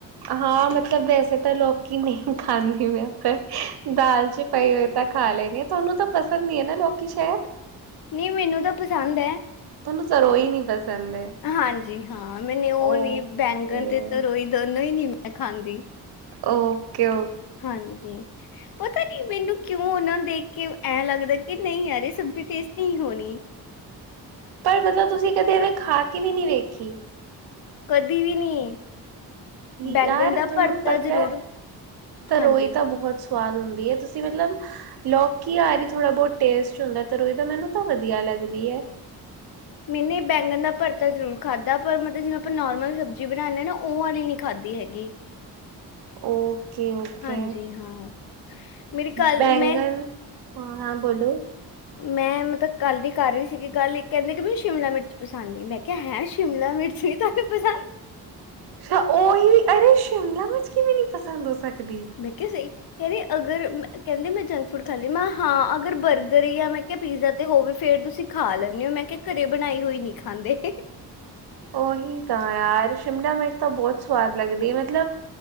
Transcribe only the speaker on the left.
ਨੀ, ਮੈਨੂੰ ਤਾਂ ਪਸੰਦ ਆ।
ਹਾਂਜੀ ਹਾਂ ਮੈਨੂੰ ਉਹ
ਨੀ ਬੈਂਗਣ ਤੇ ਤਰੋਈ ਦੋਨੋਂ ਹੀ ਨੀ ਮੈਂ ਖਾਂਦੀ।
ਹਾਂਜੀ ਪਤਾ ਕੀਐ ਮੈਨੂੰ। ਕਿ ਉਹਨਾਂ ਨੂੰ ਦੇਖ ਕੇ ਐਂ ਲੱਗਦਾ ਕਿ ਨਹੀਂ ਯਾਰ ਸਬਜ਼ੀ ਟੇਸਟ ਨਹੀਂ ਹੋਣੀ
ਕਦੀ ਵੀ ਨਹੀਂ
ਬੈਂਗਣ ਦਾ
ਭਰਤਾ
ਜ਼ਰੂਰ
ਹਾਂਜੀ
ਮੈਨੇ ਬੈਂਗਣ ਦਾ ਪਰਰਤਾ ਜ਼ਰੂਰ ਖਾਧਾ ਪਰ ਮਤਲਬ ਜਿਵੇਂ ਆਪਾਂ ਨੋਰਮਲ ਸਬਜ਼ੀ ਬਣਾਉਂਦੇ ਹਾਂ ਨਾ ਉਹ ਵਾਲੀ ਨਹੀਂ ਖਾਧੀ ਹੈਗੀ।
ਹਾਂਜੀ ਹਾਂ ਮੇਰੀ ਕੱਲ
ਮੈਂ
ਮੈਂ ਮਤਲਬ ਕੱਲ ਵੀ ਕਰ ਰਹੀ ਸੀਗੀ ਗੱਲ ਇੱਕ ਕਹਿੰਦੇ ਕਿ ਮੈਨੂੰ ਸ਼ਿਮਲਾ ਮਿਰਚ ਪਸੰਦ ਸੀ ਮੈਂ। ਕ ਹੈ ਸ਼ਿਮਲਾ ਮਿਰਚ ਵੀ ਤੁਹਾਨੂੰ ਪਸੰਦ
ਕਿ ਸਹੀ ਕਹਿਰੀ ਅਗਰ ਮੈਂ ਕਹਿੰਦੀ ਮੈਂ ਜੰਕ ਫੂਡ ਖਾਂਦੀ ਮੈਂ ਹਾਂ ਅਗਰ ਬਰਗਰ ਯਾ ਮੈਂ ਕਿਹਾ ਪੀਜ਼ਾ ਤੇ ਹੋਵੇ ਫੇਰ ਤੁਸੀਂ ਖਾ ਲੈਂਦੇ ਹੋ ਮੈਂ ਕਿਹਾ ਘਰੇ ਬਣਾਈ ਹੋਈ ਨੀ ਖਾਂਦੇ।